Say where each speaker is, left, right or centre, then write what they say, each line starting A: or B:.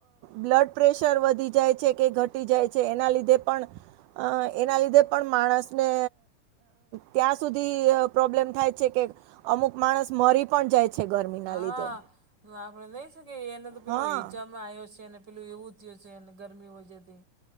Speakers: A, on the right; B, on the right.
A: બ્લડ પ્રેશર વધી જાય છે કે ઘટી જાય છે એના લીધે પણ એના લીધે પણ માણસને ત્યાં સુધી પ્રોબ્લેમ થાય છે કે અમુક માણસ મરી પણ જાય છે. ગરમીના
B: હા
A: લીધે
B: <unintelligible> પેલું
A: હા
B: એવું થયું છે ગરમીથી